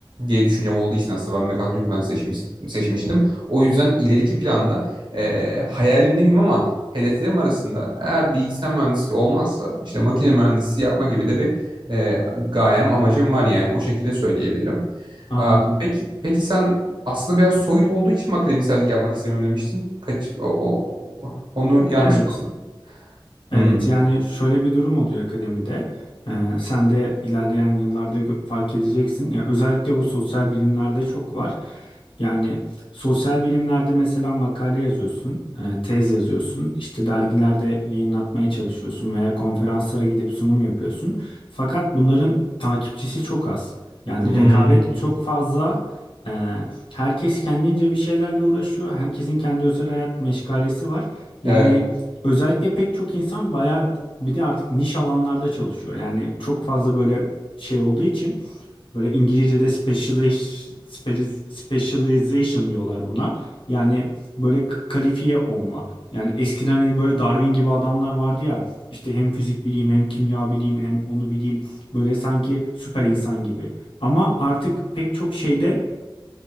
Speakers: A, on the right; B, on the left.
A: diye düşüncem olduğu için aslında ben mekatronik mühendisi seçmiş, seçmiştim. O yüzden ileriki planda e, hayalimde miyim ama hedeflerim arasında eğer bilgisayar mühendisliği olmazsa işte makine mühendisi yapma gibi de bir e, gayem, amacım var yani o şekilde söyleyebilirim.
B: Anladım.
A: Aa, peki, peki sen aslında biraz soyut olduğu için mi akademisyenlik yapmak istemiyorum demiştin? Kaç, o, o- o- onu yanlış
B: Evet.
A: mı? Hmm.
B: Evet yani şöyle bir durum oluyor akademide. Ee, sen de ilerleyen yıllarda gö- fark edeceksin. Ya özellikle bu sosyal bilimlerde çok var. Yani sosyal bilimlerde mesela makale yazıyorsun, e, tez yazıyorsun, işte dergilerde yayınlatmaya çalışıyorsun veya konferanslara gidip sunum yapıyorsun. Fakat bunların takipçisi çok az. Yani
A: Hmm.
B: rekabet çok fazla. Ee, herkes kendince bir şeylerle uğraşıyor. Herkesin kendi özel hayat meşgalesi var.
A: Evet,
B: Yani Özellikle pek çok insan bayağı bir bir de artık niş alanlarda çalışıyor. Yani çok fazla böyle şey olduğu için böyle İngilizce'de specializ- speriz- specialization diyorlar buna. Yani böyle k- kalifiye olma. Yani eskiden hani böyle Darwin gibi adamlar vardı ya işte hem fizik bileyim hem kimya bileyim hem onu bileyim böyle sanki süper insan gibi. Ama artık pek çok şeyde